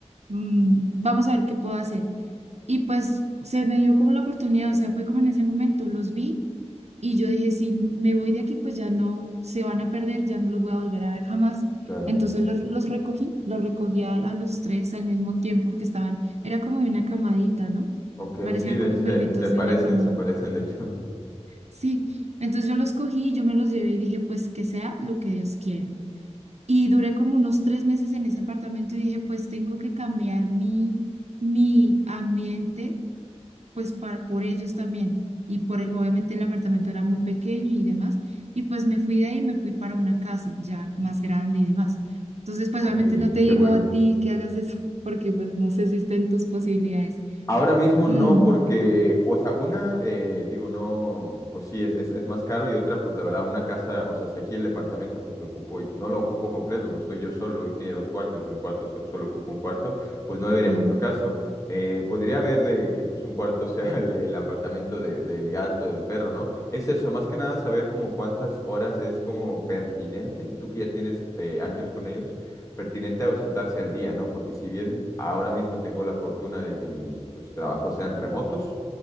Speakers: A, on the right (about 70°); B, on the left (about 30°).
A: "Mm, vamos a ver qué puedo hacer. Y pues se me dio como la oportunidad, o sea, fue como en ese momento los vi y yo dije, si me voy de aquí, pues ya no se van a perder, ya no los voy a volver a ver jamás.
B: claro.
A: Entonces los, los recogí, los recogí a, a los tres al mismo tiempo porque estaban, era como de una camadita, ¿no?
B: Ok,
A: Parecían
B: sí, de
A: como
B: hecho
A: perritos
B: se, se parecen,
A: de una camada.
B: se parecen, de hecho. <laughs>
A: Sí, entonces yo los cogí, yo me los llevé y dije, pues que sea lo que Dios quiera. Y duré como unos tres meses en ese apartamento y dije, pues tengo que cambiar mi, mi ambiente pues para, por ellos también. Y por, el- obviamente el apartamento era muy pequeño y demás. Y pues me fui de ahí, me fui para una casa ya más grande y demás. Entonces, pues
B: Ok,
A: obviamente no te digo
B: qué bueno.
A: a ti que hagas eso, <laughs> porque pues no sé si estén tus posibilidades.
B: Ahora mismo
A: Mm,
B: no, porque, o sea, una, eh, digo, no, pues sí, es, es, es más caro y otra, pues la verdad, una casa, o sea, si aquí el departamento, pues lo ocupo, y- no lo ocupo completo, porque estoy yo solo y tiene dos cuartos y un cuarto, so- solo ocupo un cuarto, pues no debería
A: sí,
B: mucho caso. Eh, podría haber de que pues un cuarto <laughs> sea el, el apartamento de- del gato, del perro, ¿no? Es eso, más que nada saber como cuántas horas es como pertinente, tú que ya tienes eh, años con ellos pertinente ausentarse al día, ¿no? Porque si bien ahora mismo tengo la fortuna de que mis pues, trabajos sean remotos,